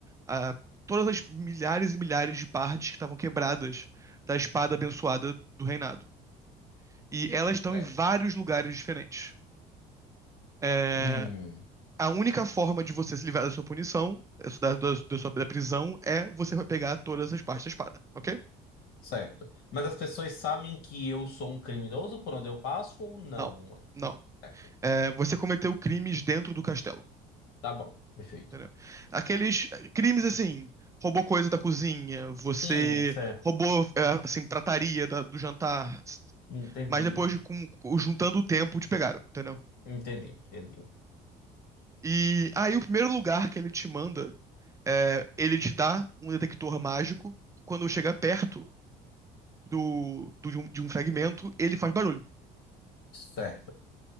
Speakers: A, on the right; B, on the left.
A: ah, todas as milhares e milhares de partes que estavam quebradas da espada abençoada do reinado. E elas estão
B: É.
A: em vários lugares diferentes. É,
B: Hum,
A: a única forma de você se livrar da sua punição, da, da, da sua da prisão, é você pegar todas as partes da espada, ok?
B: certo. Mas as pessoas sabem que eu sou um criminoso por onde eu passo ou não?
A: Não, não.
B: Certo.
A: É, você cometeu crimes dentro do castelo.
B: Tá bom, perfeito.
A: entendeu? Aqueles eh, crimes assim, roubou coisa da cozinha, você
B: Hum, certo.
A: roubou eh, assim, trataria da- do jantar,
B: Entendi.
A: mas depois de com- com- juntando o tempo te pegaram, entendeu?
B: Entendi, entendi.
A: E aí o primeiro lugar que ele te manda é, ele te dá um detector mágico. Quando chega perto do, do- de um de um fragmento, ele faz barulho.
B: Certo.